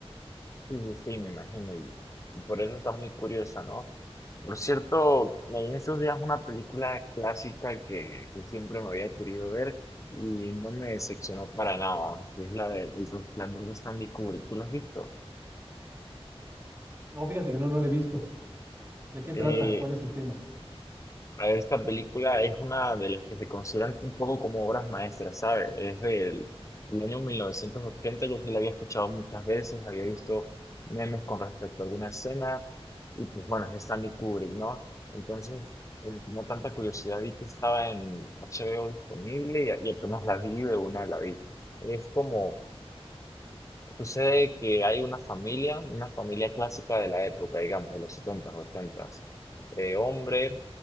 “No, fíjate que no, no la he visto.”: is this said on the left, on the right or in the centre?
Right